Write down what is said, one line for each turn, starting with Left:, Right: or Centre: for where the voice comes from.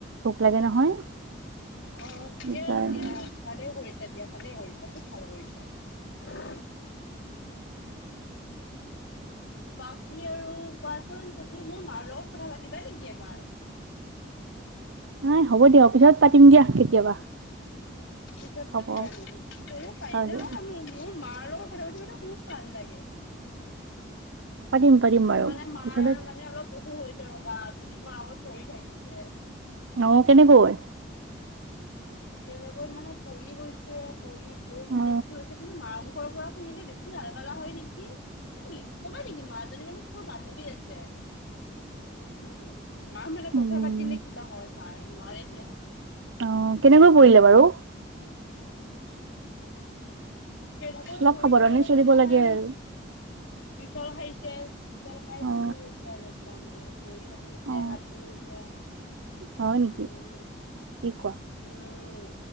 Right: ভোক লাগে নহয়।
Left: অ 'দিয়া
Right: সেইকাৰণে
Left: দিয়া ভালে কৰিছা বিয়াখনে হল তই খুব ভাল কৰিছা বাকী আৰু কোৱাচোন তুমি মোৰ মাৰ লগত কথা পাতিবা নেকি এবাৰ।
Right: <inaudible> নাই হ'ব দিয়া অ পিছত পাতিম দিয়া কেতিয়াবা।
Left: পিছত
Right: হ'ব
Left: পাতিবা নেকি পাৰি
Right: হয়
Left: যাৰ
Right: দিয়া
Left: মোৰ মাৰ তোৰ লগত কথা পাতি খুব ভাল লাগে
Right: পাতিম পাতিম বাৰু
Left: মানে মাৰ
Right: পিছলৈ
Left: মানে অলপ বহু হৈছে ৰবা দুদিমাহ আগত পৰি ভাঙিছে
Right: অ কেনেকৈ
Left: কেনেকৈ মানে পৰি গৈছে পৰি গৈ
Right: অ
Left: মানে কি হৈছে তুমি মা। কৰ পৰা শুনিলে বেছি ভাল পালা হয় নেকি ক'বা নেকি মাজনী মানে সৰু বান্ধৱী আছে উ হম মা মানে
Right: উম
Left: কথা পাতিলে কিবা হয় মাৰ নোৱাৰে দিয়া
Right: অ' কেনেকৈ পৰিলে বাৰু
Left: <inaudible> তেনেকৈ
Right: অলপ
Left: কৰিলে
Right: সাৱধানে
Left: মানে
Right: চলিব
Left: তোমাৰ
Right: লাগে আৰু
Left: পিছল খাৰি পিছে পিছল খাই
Right: অ
Left: পৰি গৈছে আৰু একদম মানে ভৰি ভাঙিছে
Right: অ
Left: হাত ভাঙিছে
Right: হয় নেকি
Left: উম
Right: কি কোৱা
Left: উম